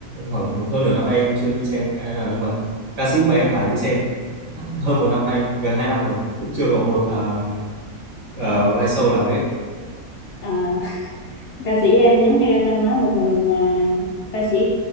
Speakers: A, on the right; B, on the left.
A: khoảng hơn nửa năm nay em chưa đi xem cái nào nhưng mà ca sĩ mà em phải đi xem hơn một năm nay gần hai năm rồi cũng chưa có một à, à, live show nào hết
B: À, <laughs> ca sĩ em giống như em đang nói một người mà ca sĩ